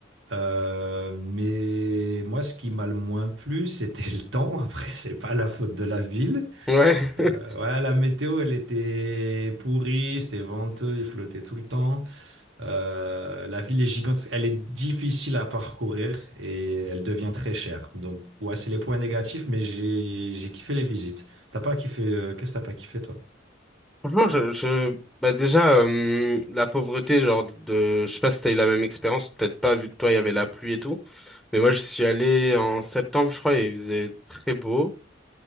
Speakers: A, on the right; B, in the centre.
A: Euh, mais moi, ce qui m'a le moins plu, <laughs> c'était le temps. Après, c'est pas la faute de la ville.
B: Ouais. <laughs>
A: Euh, ouais, la météo, elle était pourrie, c'était venteux, il flottait tout le temps. Euh, la ville est gigantesque, elle est difficile à parcourir et elle devient très chère. Donc, ouais, c'est les points négatifs, mais j'ai j'ai kiffé les visites. T'as pas kiffé, euh, qu'est-ce que t'as pas kiffé, toi?
B: Franchement, je, je, bah déjà, euh, la pauvreté, genre de, je sais pas si t'as eu la même expérience, peut-être pas, vu que toi, il y avait la pluie et tout. Mais moi, je suis allé en septembre, je crois, et il faisait très beau.